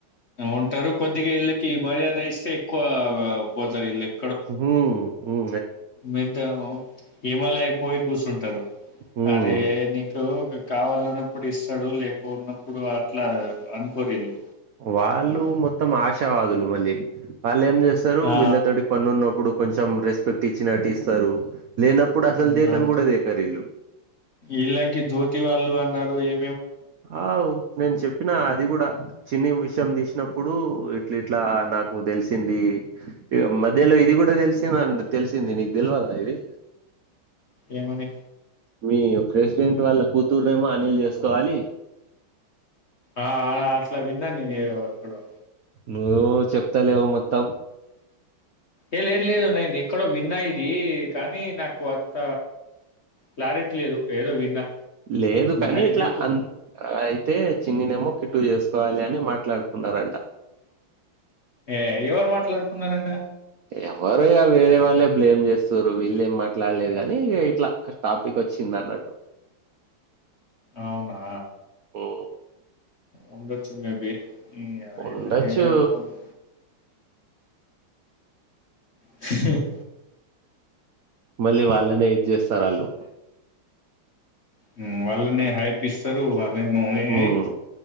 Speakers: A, on the left; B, on the right.
A: ఉంటారు కొద్దిగా ఇళ్ళకి ఈ మర్యాద ఇస్తే ఎక్కువ పోతారు ఇళ్లకి
B: సుబు ఉహు
A: మిద్దము హిమాలయ పోయి కూసుంటరు
B: హ్మ్
A: అరే నీకు కావాలన్నప్పుడు ఇస్తాడు లేక ఉన్నప్పుడు అట్లా అనుకోరు వీళ్ళు
B: వాళ్ళు మొత్తం ఆ విషవాదులు మళ్లీ ఇల్లు ఏం చేస్తారు
A: ఆ
B: వీళ్ళ తోటి పని ఉన్నప్పుడు కొంచెం రెస్పెక్ట్ ఇచ్చినటు ఇస్తారు లేనప్పుడు అసలు
A: హు
B: దేకను
A: అంతే
B: కూడా దేకరు ఈళ్ళు
A: ఇలాకి జ్యోతి వాళ్ళు అన్నారు ఏ
B: అవు నేను చెప్పిన అది కూడా చిన్ని విషయం తీసినప్పుడు ఇట్ల ఇట్లా నాకు తెలిసింది మధ్యలో ఇది కూడా తెలిసింద అం తెలిసింది నీకు తెల్వాలా ఇది
A: ఏమని
B: మీ ప్రెసిడెంట్ వాళ్ళ కూతుర్నేమో అనిల్ చేసుకోవాలి.
A: ఆ ఆ అట్లా విన్న నేను. ఏదో ఎక్కడో.
B: నువ్వు చెప్తలెవు మొత్తం.
A: ఏ లేద్ లేదు. నేన్ ఎక్కడో విన్నా ఇ దీ కానీ నాకు కు అంత క్లారిటీ లేదు. ఏదో విన్నా.
B: లేదు కానీ
A: అయితే
B: ఇట్లా
A: చెప్పు
B: అన్ ఐ యితే చిన్నినేమో కిట్టు చేసుకోవాలి అని మాట్లాడుకున్నారంట.
A: ఏ ఎవరు మాట్లాడుకున్నారట?
B: ఎవరో య వేరే వాళ్ళే బ్లేమ్ చేస్తుర్రు. వీల్లేం మాట్లాడలేదు కానీ, ఇగ ఇట్ల టాపికొచ్చింది అన్నట్టు.
A: అవునా!
B: ఓ
A: ఉండచ్చు మే బి ఈ య
B: ఉండొచ్చు
A: ఇట్ల చేయంగనే బావుండు. స
B: మల్లి వాళ్ళన్ నె ఇద్ చేస్తారాళ్ళు.
A: మ్మ్ వాళ్ళనె హైప్ ఇస్తారు. వాళ్ రేమో, ఏ
B: హ్మ్.
A: ఐ